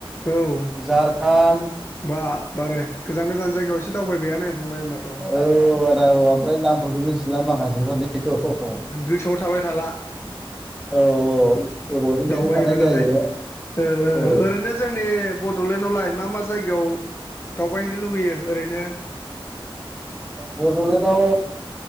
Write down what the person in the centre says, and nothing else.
झारखान्ड
औ आदा औ ओमफ्राय नामफोरखौ मिथिला माखासेफोरनिखौ औ
औ गोबावजों खेनसे
थांनाय
जायो
औ
बड'लेण्डआव